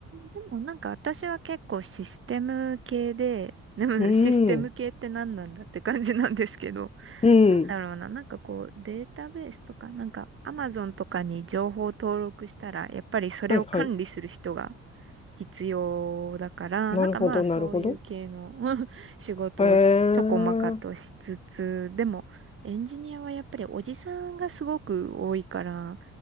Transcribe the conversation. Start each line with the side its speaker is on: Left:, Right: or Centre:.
Right: でもなんか私は結構システム系で、<laughs> でもシステム系って何なんだって感じなんですけど、
Left: うん、
Right: <laughs>
Left: うん。
Right: なんだろうな、なんかこうデータベースとか、なんか Amazon とかに情報登録したら、やっぱりそれを管理する人が
Left: はいはい。
Right: 必要だから、
Left: なるほど、
Right: なんかまあそういう系の
Left: なるほど。
Right: <laughs> 仕事をちょこまかとしつつ、
Left: へえ。
Right: でもエンジニアはやっぱりおじさんがすごく多いから、